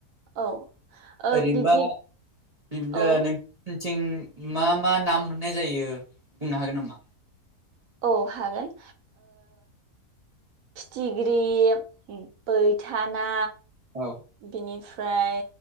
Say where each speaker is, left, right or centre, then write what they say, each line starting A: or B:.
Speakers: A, on the right (about 65°); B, on the right (about 35°).
A: औ ओ
B: ओरैनोबा
A: बिब्दि
B: बि नों
A: औ
B: थिं मा मा ना मोननाय जायो बुंनो हागोन नामा
A: औ हागोन फिथिग्रि बैथाना
B: औ
A: बिनिफ्राय